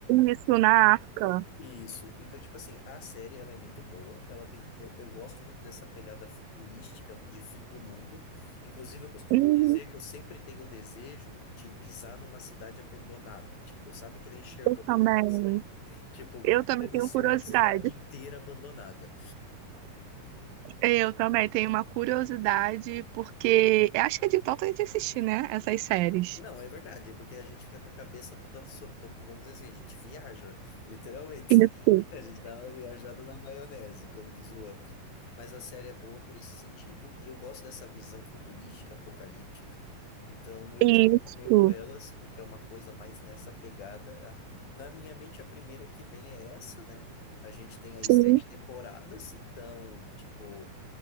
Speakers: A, on the right (about 80°); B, on the left (about 75°).
A: Isso na arca.
B: isso. Então, tipo assim, a série ela é muito boa. Ela tem, eu, eu gosto muito dessa pegada futurística de fim do mundo. Inclusive, eu costumo
A: Uhum.
B: dizer que eu sempre tenho o desejo de pisar numa cidade abandonada. Tipo, sabe que nem Chernobyl,
A: Também.
B: assim? Tipo,
A: Eu
B: como é que
A: também
B: deve
A: tenho
B: ser
A: curiosidade.
B: uma cidade inteira abandonada?
A: Eu também tenho uma curiosidade, porque eu acho que é de tanto a gente assistir, né? Essas séries.
B: Não, é verdade, porque a gente fica com a cabeça toda, so- to- vamos dizer assim, a gente viaja, literalmente.
A: Isso,
B: <laughs> A gente dá uma viajada na maionese, como diz o outro. Mas a série é boa por esse sentido, e eu gosto dessa visão futurística, apocalíptica. Então, eu
A: isso.
B: te recomendo ela se tu quer uma coisa mais nessa pegada. A- Na minha mente, a primeira que vem é essa, né? A gente tem aí
A: Sim.
B: sete temporadas, então, tipo,